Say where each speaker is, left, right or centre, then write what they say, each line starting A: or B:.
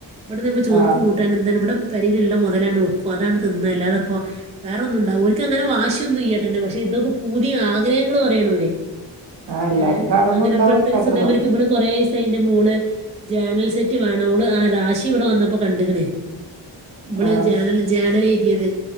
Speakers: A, on the right; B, on the right.
A: ഇവിടെന്ന് ചോർക്ക്
B: ആ
A: കൂട്ട ഇവിടെ എന്താണ് ഇവിടെ പരിയിലുള്ള മോതലണ്ട് വക്കും അതാണ് തിന്ന അല്ലാതപ്പോ വേറെന്നും ഉണ്ടാ ഒക്ക് അങ്ങനെ വാശിയ ഒന്നും ഇല്ല്യാട്ടോ ന്നെ പക്ഷെ ഇതൊക്കെ പൂതി ആഗ്രഹങ്ങൾ പറയണവര്
B: ആ എല്ലാരും
A: ഏയ്
B: കാണുമ്പോ
A: അങ്ങനെ
B: ഉണ്ടാവല്ലോ
A: ഇപ്പടുത്തെരിസം
B: ആഗ്രഹം
A: തെ മാതിരിക്ക പള് കൊറ സ് ന്റെ മോള് ജേണൽ സെറ്റ് വേണം അവള് ആ രാശി ഇവിടെ വന്നപ്പോ കണ്ടുകണ് വള്
B: ആ
A: ജെനൽ ജേർണേൽ ൽ എഴുതിയത്